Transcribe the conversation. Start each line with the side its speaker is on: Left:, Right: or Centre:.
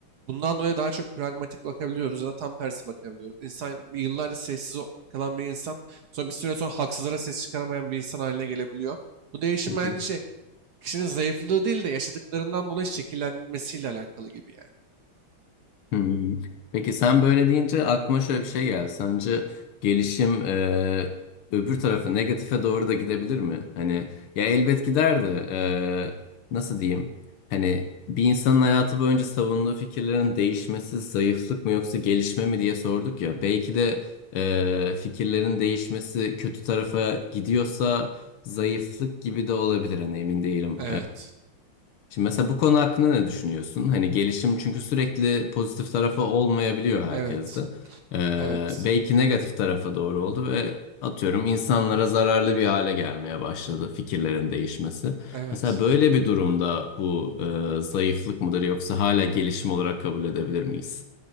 Right: Bundan dolayı daha çok pragmatik bakabiliyoruz ya da tam tersi bakabiliyoruz. İnsan yıllarca sessiz o- kalan bir insan sonra bir süre sonra haksızlara ses çıkaramayan bir insan haline gelebiliyor. Bu değişim
Left: hı.
Right: bence şey, kişinin zayıflığı değil de yaşadıklarından dolayı şekillenmesiyle alakalı gibi yani.
Left: Hmm. Peki sen böyle deyince aklıma şöyle bir şey geldi. Sence gelişim e, öbür tarafa negatife doğru da gidebilir mi? Hani ya elbet gider de e, nasıl diyeyim? Hani bir insanın hayatı boyunca savunduğu fikirlerin değişmesi zayıflık mı yoksa gelişme mi diye sorduk ya. Belki de e, fikirlerin değişmesi kötü tarafa gidiyorsa zayıflık gibi de olabilir. Hani emin değilim.
Right: Evet,
Left: Şimdi mesela bu konu hakkında ne düşünüyorsun? Hani gelişim çünkü sürekli pozitif tarafı olmayabiliyor herkeste.
Right: evet,
Left: Ee,
Right: evet,
Left: belki negatif tarafa doğru oldu ve atıyorum insanlara zararlı bir hale gelmeye başladı fikirlerin değişmesi.
Right: evet.
Left: Mesela böyle bir durumda bu e, zayıflık mıdır yoksa hala gelişim olarak kabul edebilir miyiz?